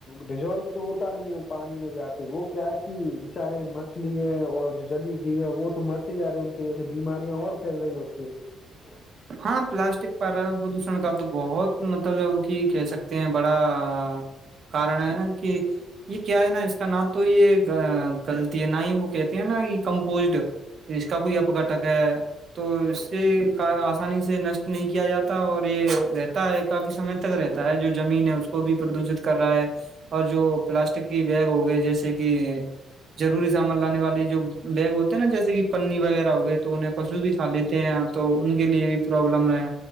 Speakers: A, on the left (about 45°); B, on the right (about 55°).
A: ڈیزولو تو ہوتا نہیں ہے پانی میں جا کے وہ کیا کہ بچارے مچھلی ہے اور جو جلی جیو ہے وہ تو ج رہے ہیں ان کی ویسے بیماریاں اور پھیل رہی <inaudible>
B: ہاں پلاسٹک پردوشن کا تو بہت مطلب کہ کہہ سکتے ہیں بڑا کارن ہے کہ یہ کیا ہے نا اس کا نہ تو یہ گغلط ہے نہ ہی وہ کہتے ہیں نا یہ کمپوزڈ اس کا کوئی اپگھٹک ہے تو اس سے کا سے نش <inaudible> نہیں کیا جاتا اور یہ رہتا ہے کافی سمے تک رہتا ہے جو زمین ہے اس کو بھی پردوشت کر رہا ہے اور جو پلاسٹک کی بیگ ہو گئے جیسے کہ جضروری سامان لانے والے جو بیگ ہوتے ہے نا جیسے کہ پنی وغیرہ ہو گئے تو انہیں پشو بھی کا لیتے ہیں تو ان کے لیے بھی پرابلم ہے